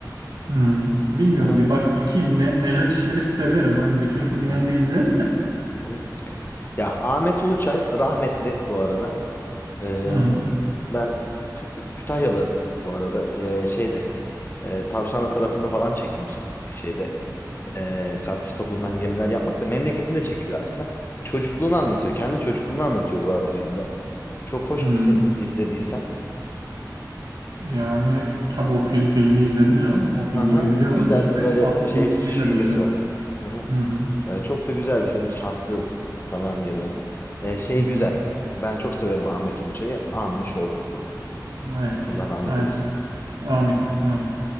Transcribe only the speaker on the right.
Hmm, bilmiyorum.
Bir bak bakayım. Ne, Nejat İşler'i severim. Hani bütün filmlerini
de izlerim de.
Hı hı.
Hmm.
Yani o- tabii o fil, filmi izledim canım. O filmi
bir biliyorum.
Ahmet,
Ahmet
Ulusoy'u
da biliyorum.
Hı hı.
Hı hı.
Evet.
Haydi
bakalım. Amin. Amin.